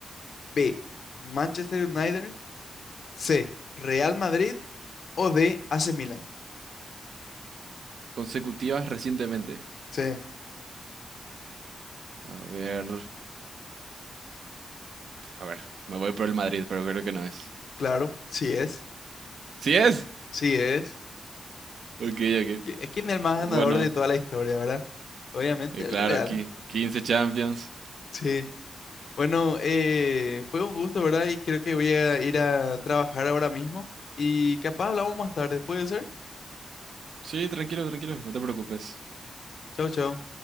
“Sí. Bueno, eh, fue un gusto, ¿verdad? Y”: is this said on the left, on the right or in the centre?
Left